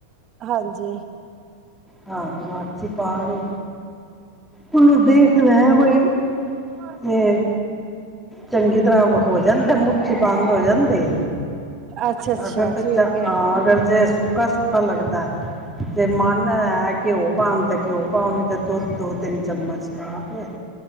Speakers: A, on the right; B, in the centre.
A: ਹਾਂਜੀ।
B: ਹਾਂ ਲਾਚੀ ਪਾ ਕੇ ਹੂੰ ਦੇਖਦਾ ਬਈ
A: ਹਾਂ ਹ
B: ਇਹ
A: ਬਹੁ
B: ਚੰਗੀ ਤਰ੍ਹਾਂ ਹੋ ਜਾਂਦਾ ਮੁਠੀ ਬੰਦ ਹੋ ਜਾਂਦੇ।
A: ਅੱਛਾ ਅੱਛਾ
B: ਅਗਰ
A: ਠੀਕ
B: ਅਗਰ
A: ਹੈ
B: ਜ ਸੁੱਕਾ ਸੁੱਕਾ ਲੱਗਦਾ ਜ ਮਨ ਹੈ ਘਿਓ ਪਾਉਣ ਤੇ ਘਿਓ ਪਾਓ ਨਹੀਂ ਤੇ ਦੁੱਧ ਦੋ ਤਿੰਨ ਚਮਚ ਪਾਾ ਕੇ